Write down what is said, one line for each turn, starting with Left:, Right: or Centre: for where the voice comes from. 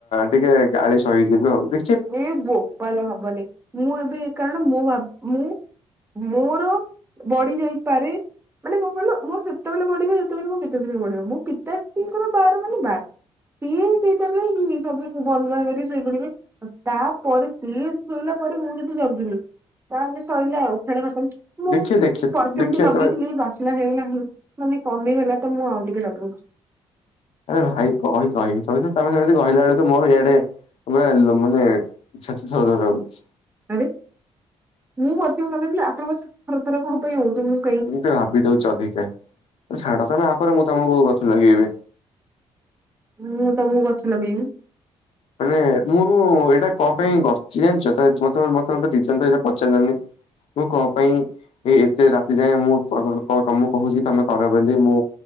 Left: ଟିକେ ଗାଳି ସହିଯିବେ ଆଉ ଦେ
Right: ଏ ବୋପାଲୋ ହବନି। ମୁଁ ଏବେ କାରଣ ମୋ ବା ମୁଁ ମୋର ବଢି ଯାଇପାରେ। ମାନେ କଣ କହିଲ ମୋର ସେତେବେଳେ ବଢିବ ଯେତେବେଳେ ମୋ ପିତାଶ୍ରୀଙ୍କର ବଢିବ। ମୋ ପିତାଶ୍ରୀଙ୍କର ବାର ମାନେ ବାର। ପିଏ ହିଁ ସେଇ ଟାଇମରେ ହିଁ ସବୁ ବନ୍ଦ ବାନ୍ଦ କରି ଶୋଇପଡିବେ। ତାପରେ ସିଏ ଶୋଇଲା ପରେ ମୁଁ ଯଦି ଜଗିଲି ତାହେଲେ ସଇଲା ଆଉ ଖେଳ ଖତମ। ମୁଁ
Left: ଦେଖେ ଦେଖେ
Right: ପରଫ୍ୟୁମଟି
Left: ଦେଖିବା
Right: ଲଗେଇଥିଲି
Left: ତମେ
Right: ବାସ ନା ହେଉନାହିଁ। ମାନେ କମିଗଲା ତ ମୁଁ ଆଉ ଟିକେ ଲଗାଉଛି।
Left: ଆରେ ଭାଇ କହି କହିବି ତମେ ତ ତମେ ସେମିତି କହିଲା ବେଳକୁ ମୋର ଇଆଡେ <unintelligible> ମାନେ <unintelligible>
Right: ଆରେ ମୁଁ ପରଫ୍ୟୁମ ଲଗେଇଥିଲି ଆପଣଙ୍କ <inaudible> ଥର ଥର କଣ ପାଇଁ ହଉଛନ୍ତି?
Left: ଏମିତି ଭାବି ଦଉଛି ଅଧିକା। ଛାଡ ତମେ ଆପରେ ମୁଁ ତମକୁ ଗଛ ଲଗେଇବି।
Right: ମୁଁ ତମକୁ ଗଛ ଲଗେଇବି।
Left: ମାନେ ମୁଁ ଏଇଟା କଣ ପାଇଁ ଗଛି ଜାଣିଛ <unintelligible> ପଚାରିଲନି ମୁଁ କଣ ପାଇଁ? ଏଇ ଏତେ ରାତି ଯାଏ ମୁଁତମ କ ତମକୁ କହୁଛି ତମେ କର ବୋଲି। ମୁଁ